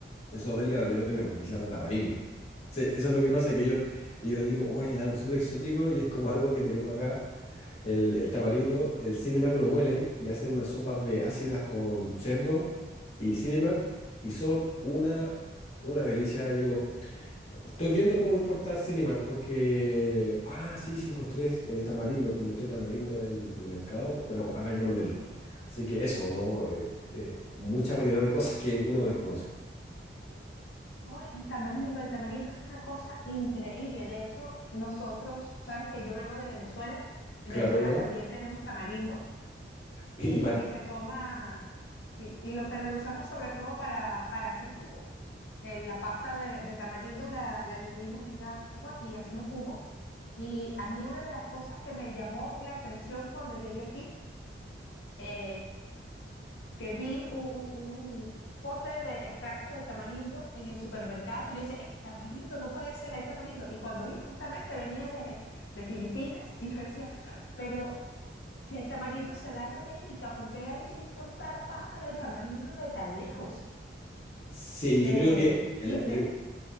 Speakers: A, on the left; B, on the left.
A: en Sudamérica también lo tenemos y se llama tamarindo. Se- eso es lo que pasa, que ellos, yo digo, oye, es algo súper exótico y es como algo que tenemos acá, el, el tamarindo, el Cinemag lo muelen y hacen unas sopas de ácidas con cerdo y Cinemag y son una... Una delicia, yo Estoy viendo cómo importar Cinemac porque... Ah, sí, sí, encontré eh, tamarindo, te encontré tamarindo en el mercado, pero habrá que molerlo. Así que eso, ¿no? Eh, eh, mucha variedad de cosas que uno desconoce.
B: oh el tamarindo, el tamarindo es una cosa increíble. De hecho, nosotros, sabes que yo vengo de Venezuela. En
A: Claro,
B: Venezuela
A: claro.
B: también tenemos tamarindo
A: Y,
B: y,
A: para...
B: y se toma, sí, y lo, pero lo usamos sobre todo para, para hacer jugo. En la pasta de, de tamarindo la, la diluimos en agua y hacemos jugo. Y a mí una de las cosas que me llamó la atención cuando llegué aquí eh, que vi un, un- un pote de extracto de tamarindo en el supermercado. Yo decía, "Eh, tamarindo, no puede ser, hay tamarindo. Y cuando vi, justamente venía de, de Filipinas <laughs> y yo decía, pero si el tamarindo se da en América, ¿por qué hay que importar pasta de tamarindo de tan lejos?
A: Sí,
B: Eh,
A: yo creo que el-
B: y,
A: el-
B: de-